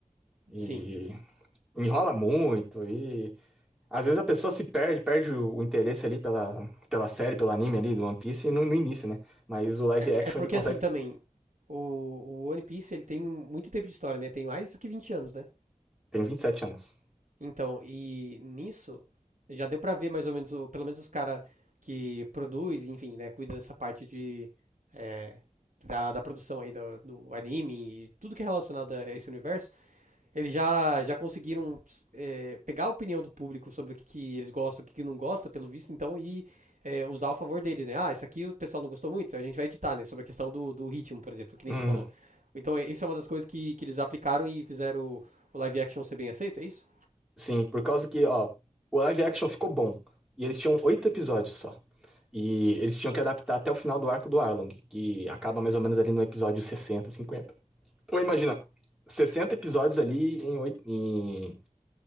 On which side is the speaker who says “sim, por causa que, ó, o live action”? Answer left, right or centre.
Centre